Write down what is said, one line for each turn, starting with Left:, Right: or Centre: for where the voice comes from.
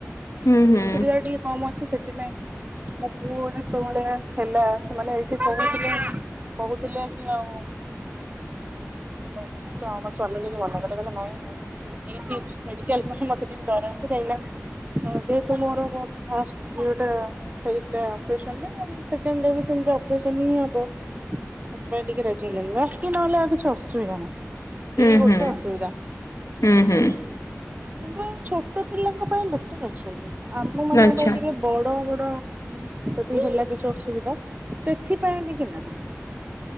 Left: ହୁଁ
Right: ଏଇ
Left: ହୁଁ
Right: ସୁବିଧା ଟିକେ କମ ଅଛି ସେଥିପାଇଁ ମୋ ପୁଅ ଯେତେବେଳେ ହେଲା ସେମାନେ ଏଇଠି <unintelligible> କହୁଥିଲେ କି ଆଉ <unintelligible> ଆମ ସ୍ୱା-ସ୍ଵାମୀ ଟିକେ ମନା କରିଦଲେ ନାଇଁ ଆଉ। ଏଇଠି ମେଡିକାଲ ପାଖେ ମତେ ଟିକେ ଡର ଲାଗୁଛି କାଇନା ହ ଯେ ତୁମର ଫାଷ୍ଟ ଝିଅ ଟା ହେଇଥିଲେ ଅପରେସନରେ ସେକେଣ୍ଡରେ ସେମତି ଅପରେସନ ହିଁ ହବ। ସେଥିପାଇଁ ଟିକେ ରାଜି ହେଲେନି ବାକି ନହଲେ ଆଉଛି ଅସୁବିଧା ନାହିଁ।
Left: ହୁଁ
Right: ଏଇ ଗୋଟେ
Left: ହୁଁ
Right: ଅସୁବିଧା।
Left: ହୁଁ ହୁଁ ହୁଁ
Right: କିନ୍ତୁ ଏଇ ଛୋଟ ପିଲାଙ୍କ ପାଇଁ ଡଟର ଅଛନ୍ତି ଆମ ମାନଙ୍କ
Left: ଆଚ୍ଛା
Right: ପାଇଁ ଟିକେ ବଡ ବଡ ଯଦି ହେଲା କିଛି ଅସୁବିଧା ସେଥିପାଇଁ ଟିକେ ନାହାନ୍ତି